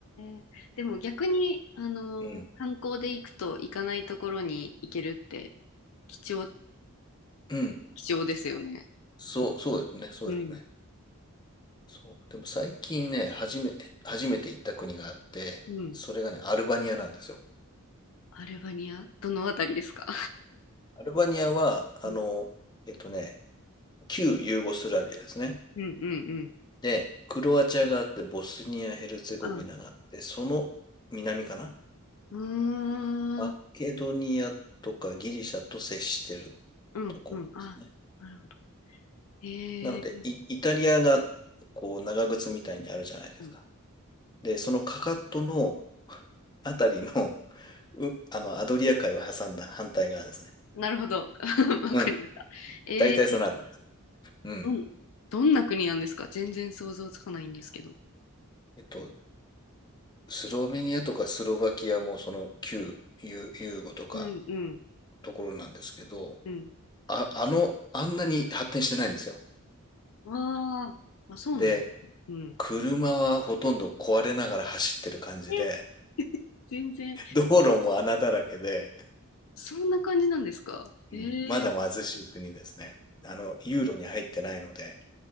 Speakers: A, on the left (about 65°); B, on the left (about 20°).
A: えでも逆に、あの、
B: うん。
A: 観光で行くと行かないところに行けるって貴重、
B: うん。
A: 貴重ですよね。
B: そう、そうですね。そうですね。
A: うん。
B: そう。でも最近ね、初め、初めて行った国があって、
A: うん。
B: それがね、アルバニアなんですよ。
A: アルバニアどのあたりですか
B: アルバニアは、あの、
A: うん
B: えっとね、旧ユーゴスラビアですね。
A: うんうんうん。
B: で、クロアチアがあって、ボスニア・ヘルツェゴビナがあって、
A: あ、
B: その南かな
A: うーん。
B: マケドニアとかギリシャと接してるところですね。
A: うんうん。あ、なるほど。え
B: なので、
A: ー、
B: イ、イタリアが、こう、長靴みたいにあるじゃないですか。
A: うん、
B: で、そのかかとのあたりの、う、あの、アドリア海を挟んだ反対側ですね。
A: なるほど。<laughs> わかりました。
B: うん。
A: えー、
B: 大体そのあたりです。うん。
A: うん、どんな国なんですか全然想像つかないんですけど。
B: えっと、スロベニアとかスロバキアもその旧ユ、ユーゴとか
A: うん、うん、
B: ところなんですけど、
A: うん。
B: あ、あの、あんなに発展してないんですよ。
A: あーあ、そうなんだ。
B: で、
A: うん。
B: 車はほとんど壊れながら走ってる感じで、
A: え、全然、
B: 道路も穴だらけで、
A: そんな感じなんですかえー、
B: うん、まだ貧しい国ですね。あの、ユーロに入ってないので。